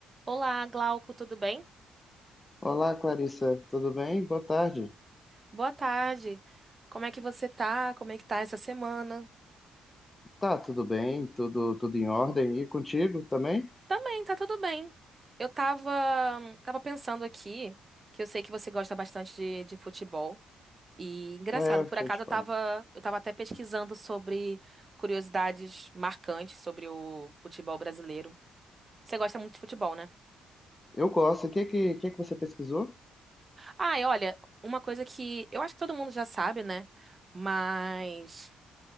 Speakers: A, on the right; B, on the left.
A: Olá, Glauco, tudo bem?
B: Olá, Clarissa, tudo bem? Boa tarde.
A: Boa tarde. Como é que você tá? Como é que tá essa semana?
B: Tá, tudo bem, tudo, tudo em ordem. E contigo também?
A: Também, tá tudo bem. Eu tava, tava pensando aqui, que eu sei que você gosta bastante de, de futebol. E engraçado,
B: É,
A: por
B: deixa
A: acaso
B: eu te
A: eu
B: falar.
A: tava, eu tava até pesquisando sobre curiosidades marcantes sobre o futebol brasileiro. Você gosta muito de futebol, né?
B: Eu gosto. O que que, o que que você pesquisou?
A: Ah, e olha, uma coisa que eu acho que todo mundo já sabe, né? Mas.